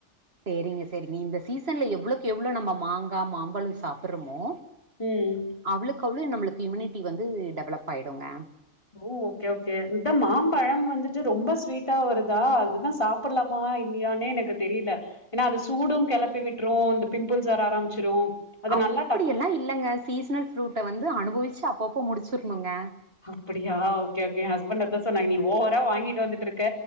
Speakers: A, on the right; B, on the left.
A: செரிங்க செரிங்க இந்த சீசன்ல எவ்வளக்கு எவ்வளோ நம்ம மாங்கா மாம்பழோ சாப்புட்றோமோ
B: ம்
A: அவ்வளுக்கு அவ்வளோ நம்மளுக்கு இம்யூனிட்டி வந்து டெவலப் ஆயிடுங்க
B: ஓ ஓகே ஓகே இதா மாம்பழம் வந்துட்டு ரொம்ப ஸ்வீட்டா வருதா அதுதா சாப்புட்லா மா இல்லையான்னே எனக்கு தெரியில ஏன்னா அந்த சூடும் கெளப்பி விட்டுரு இந்த பிம்பிள்ஸ் வர ஆரம்பிச்சிரும் அது
A: அப்பிடியெல்லா
B: நல்லா டக்
A: இல்லேங்க சீசனல் ஃப்ரூட்ட வந்து அனுபவிச்சு அப்பப்போ முடிச்சிருணுங்க
B: அப்பிடியா ஓகே ஓகே ஏ ஹஸ்பண்ட் அதா சொன்னாங்க நீ ஓவரா வாங்கிட்டு வந்துட்ருக்க